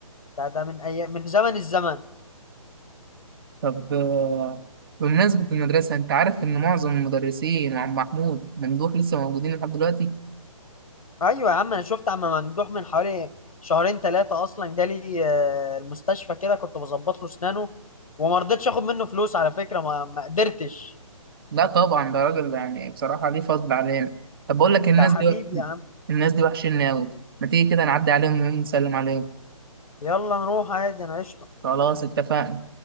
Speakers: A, on the left; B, on the right.
A: ده ده من أي... من زمن الزمن
B: طب آه، بمناسبة المدرسة انت عارف ان معظم المدرسين وعم محمود ممدوح لسه موجودين لحد دلوقتي
A: ايوه يا عم انا شفت عم ممدوح من حوالي شهرين ثلاثه اصلا جالي آه، المستشفى كده كنت بظبط له اسنانه وما رضيتش اخد منه فلوس على فكره ما, ما قدرتش
B: لا طبعا ده راجل يعني بصراحة ليه فضل علينا طب بقول لك الناس
A: ده حبيبي
B: دي
A: يا عم
B: الناس دي وحشين قوي ما تيجي كده نعدي عليهم ونسلم عليهم
A: يلا نروح عادي انا قشطه
B: خلاص اتفقنا